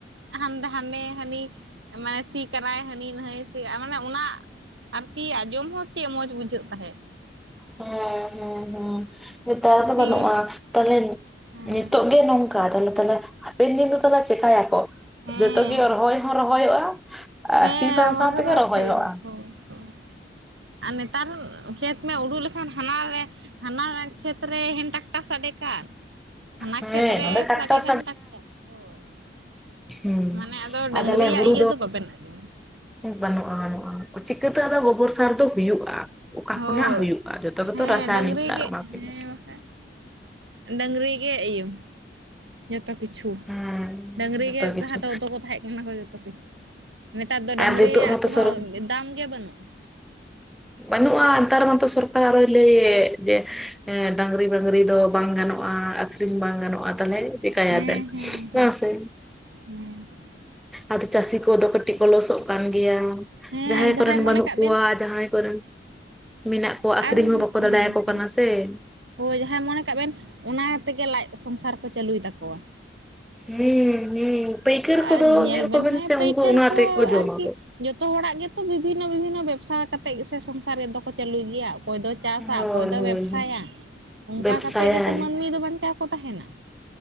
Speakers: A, on the right (about 80°); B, in the centre.
A: ᱦᱟᱱ ᱦᱟᱱᱮ ᱦᱟᱹᱱᱤ ᱢᱟᱱᱮ ᱥᱤ ᱠᱟᱱᱟᱭ ᱦᱟᱹᱱᱤ ᱱᱟᱹᱭ ᱥᱤ ᱢᱟᱱᱮ ᱚᱱᱟ ᱟᱨᱠᱤ ᱟᱸᱡᱚᱢ ᱦᱚᱸ ᱪᱮᱫ ᱢᱚᱸᱡᱽ ᱵᱩᱡᱷᱟᱹᱜ ᱛᱟᱦᱮᱸᱜ᱾
B: ᱦᱮᱸ ᱦᱮᱸ ᱦᱮᱸ ᱱᱮᱛᱟᱨ ᱫᱚ
A: ᱥᱤ
B: ᱵᱟᱹᱱᱩᱜᱼᱟ, ᱛᱟᱦᱚᱞᱮ
A: ᱦᱮᱸ
B: ᱱᱤᱛᱳᱜ ᱜᱮ ᱱᱚᱝᱠᱟ ᱛᱟᱦᱞᱮ ᱛᱟᱦᱞᱮ ᱦᱟᱯᱮᱱ ᱫᱤᱱ ᱫᱚ ᱛᱟᱦᱚᱞᱮ ᱪᱮᱠᱟᱭ ᱟᱠᱚ?
A: ᱦᱮᱸ
B: ᱡᱚᱛᱚᱜᱮ ᱨᱚᱦᱚᱭ ᱦᱚᱸ ᱨᱚᱦᱚᱭᱚᱜᱼᱟ
A: ᱦᱮᱸ
B: ᱟᱨ ᱥᱤ ᱥᱟᱶ
A: ᱨᱚᱦᱚᱭ
B: ᱥᱟᱶ
A: ᱦᱚᱸ
B: ᱛᱮᱜᱮ
A: ᱞᱚᱥᱮᱜᱼᱟ
B: ᱨᱚᱦᱚᱭᱚᱜᱼᱟ᱾
A: ᱦᱳᱭ ᱦᱳᱭ ᱟᱨ ᱱᱮᱛᱟᱨ ᱠᱷᱮᱛ ᱢᱮ ᱩᱰᱩ ᱞᱮᱠᱷᱟᱱ ᱦᱟᱱᱟ ᱨᱮ ᱦᱟᱱᱟᱱᱟ ᱠᱷᱮᱛ ᱨᱮ ᱦᱮᱱ ᱴᱟᱠᱴᱟᱨ ᱥᱟᱰᱮ ᱠᱟᱱ ᱦᱟᱱᱟ
B: ᱦᱮᱸ
A: ᱠᱷᱮᱛᱨᱮ
B: ᱱᱚᱰᱮ ᱴᱟᱠᱴᱟᱨ
A: ᱥᱟᱰᱮ ᱠᱟᱱ ᱴᱟᱠᱴᱟᱨ ᱦᱳᱭ᱾
B: ᱦᱩᱸ
A: ᱢᱟᱱᱮ ᱟᱫᱚ
B: ᱟᱨ
A: ᱰᱟᱹᱝᱨᱤᱭᱟᱜ
B: ᱛᱟᱦᱞᱮ ᱦᱩᱲᱩ
A: ᱤᱭᱟᱹ ᱫᱚ ᱵᱟᱵᱮᱱ ᱟᱸᱡᱚᱢᱟ᱾
B: ᱵᱟᱹᱱᱩᱜᱼᱟ ᱵᱟᱹᱱᱩᱜᱼᱟ ᱪᱤᱠᱟᱹᱛᱮ ᱟᱫᱚ ᱜᱚᱵᱚᱨ ᱥᱟᱨ ᱫᱚ ᱦᱩᱭᱩᱜᱼᱟ? ᱚᱠᱟ
A: ᱦᱳᱭ
B: ᱠᱷᱚᱱᱟᱜ ᱦᱩᱭᱩᱜᱼᱟ ᱡᱚᱛᱚ ᱜᱮᱛᱚ
A: ᱦᱮᱸ
B: ᱨᱟᱥᱟᱭᱱᱤᱠ
A: ᱰᱟᱝᱨᱤ
B: ᱥᱟᱨ
A: ᱜᱮ
B: ᱚᱱᱟ ᱛᱮᱜᱮ
A: ᱦᱮᱸ ᱵᱟᱠᱷᱟᱱ ᱾ ᱰᱟᱝᱨᱤ ᱜᱮ ᱮᱭᱳ ᱡᱚᱛᱚ ᱠᱤᱪᱷᱩ
B: ᱦᱮᱸ
A: ᱰᱟᱹᱝᱨᱤ
B: ᱡᱚᱛᱚ
A: ᱜᱮ
B: ᱠᱤᱪᱷᱩ
A: ᱞᱟᱦᱟ ᱦᱚᱛᱚ ᱠᱚ ᱛᱟᱦᱮᱸᱜ ᱠᱟᱱᱟ ᱠᱚ ᱡᱚᱛᱚ ᱠᱤᱪᱷᱩ ᱾ ᱱᱮᱛᱟᱨ ᱫᱚ ᱰᱟᱹᱝᱨᱤᱭᱟᱜ
B: ᱟᱨ ᱱᱤᱛᱚᱜ ᱢᱟᱛᱚ
A: ᱠᱚᱱᱚ
B: ᱥᱚᱨᱚ
A: ᱫᱟᱢ ᱜᱮ ᱵᱟᱹᱱᱩᱜᱼᱟ ᱾
B: ᱵᱟᱹᱱᱩᱜᱼᱟ ᱱᱮᱛᱟᱨ ᱢᱟᱛᱚ ᱥᱚᱨᱠᱟᱨ ᱟᱨᱚᱭ ᱞᱟᱹᱭᱮᱫ ᱡᱮ ᱮ ᱰᱟᱝᱨᱤ ᱢᱟᱹᱝᱨᱤ ᱫᱚ ᱵᱟᱝ ᱜᱟᱱᱚᱜᱼᱟ ᱟᱹᱷᱨᱤᱧ ᱵᱟᱝ ᱜᱟᱱᱚᱜᱼᱟ ᱛᱟᱞᱦᱮ ᱪᱮᱠᱟᱭᱟ
A: ᱦᱮᱸ
B: ᱵᱮᱱ
A: ᱦᱮᱸ
B: ᱵᱟᱝ ᱥᱮ?
A: ᱦᱮᱸ ᱾
B: ᱟᱫᱚ ᱪᱟᱹᱥᱤ ᱠᱚᱫᱚ ᱠᱟᱹᱴᱤᱡ ᱠᱚ ᱞᱚᱥᱚᱜ ᱠᱟᱱ ᱜᱮᱭᱟ ᱾
A: ᱦᱮᱸ
B: ᱡᱟᱦᱟᱸᱭ ᱠᱚᱨᱮᱱ
A: ᱢᱚᱱᱮ
B: ᱵᱟᱱᱩᱜ
A: ᱠᱟᱜ
B: ᱠᱚᱣᱟ
A: ᱵᱮᱱ
B: ᱡᱟᱦᱟᱸᱭ ᱠᱚᱨᱮᱱ ᱢᱮᱱᱟᱜ ᱠᱚᱣᱟ
A: ᱟᱨ
B: ᱟᱠᱷᱨᱤᱧ
A: ᱦᱮᱸ
B: ᱦᱚᱸ ᱵᱟᱠᱚ ᱫᱟᱲᱮᱭᱟᱠᱚ ᱠᱟᱱᱟ ᱥᱮ ᱾
A: ᱦᱳᱭ ᱡᱟᱦᱟᱸ ᱢᱚᱱᱮ ᱠᱟᱜ ᱵᱮᱱ ᱚᱱᱟ ᱛᱮᱜᱮ ᱞᱟᱡ ᱥᱚᱝᱥᱟᱨ ᱠᱚ ᱪᱟᱹᱞᱩᱭ ᱛᱟᱠᱚᱣᱟ ᱾
B: ᱦᱩᱸ ᱦᱩᱸ ᱯᱟᱹᱭᱠᱟᱹᱨ
A: ᱟᱨ
B: ᱠᱚᱫᱚ ᱧᱮᱞ
A: ᱵᱮᱱ
B: ᱠᱚᱵᱮᱱ
A: ᱦᱮᱸ
B: ᱥᱮ
A: ᱯᱟᱹᱭᱠᱟᱹᱨ
B: ᱩᱝᱠᱩ ᱚᱱᱟ ᱛᱮᱜᱮ ᱠᱚ ᱡᱚᱢᱟ
A: ᱟᱨᱠᱤ
B: ᱠᱚ ᱾
A: ᱡᱚᱛᱚ ᱦᱚᱲᱟᱜ ᱜᱮᱛᱚ ᱵᱤᱵᱷᱤᱱᱱᱚ ᱵᱤᱵᱷᱤᱱᱱᱚ ᱵᱮᱵᱽᱥᱟ ᱠᱟ ᱠᱟᱛᱮᱜ ᱜᱮ ᱥᱮ ᱥᱚᱝᱥᱟᱨ ᱨᱮ ᱫᱚᱠᱚ ᱪᱟᱹᱞᱩᱭ ᱜᱮᱭᱟ ᱾ ᱚᱠᱚᱭ ᱫᱚ ᱪᱟᱥᱟ
B: ᱦᱳᱭ ᱦᱳᱭ
A: ᱚᱠᱚᱭ ᱫᱚ
B: ᱦᱳᱭ
A: ᱵᱮᱵᱥᱟᱭᱟ ᱚᱝᱠᱟ
B: ᱵᱮᱵᱥᱟᱭᱟᱭ
A: ᱠᱟᱛᱮᱫ ᱜᱮᱛᱚ ᱢᱟᱹᱱᱢᱤ ᱫᱚ ᱵᱟᱧᱪᱟᱣ ᱠᱚ ᱛᱟᱦᱮᱱᱟ ᱾